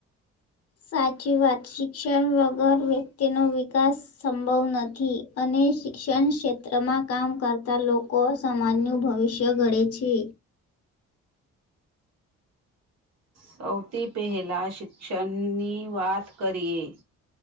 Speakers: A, on the left; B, on the right.
A: સાચી વાત શિક્ષણ વગર વ્યક્તિનો વિકાસ સંભવ નથી અને શિક્ષણ ક્ષેત્રમાં કામ કરતા લોકો સમાજનું ભવિષ્ય ઘડે છે
B: સૌથી પહેલાં શિક્ષણની વાત કરીએ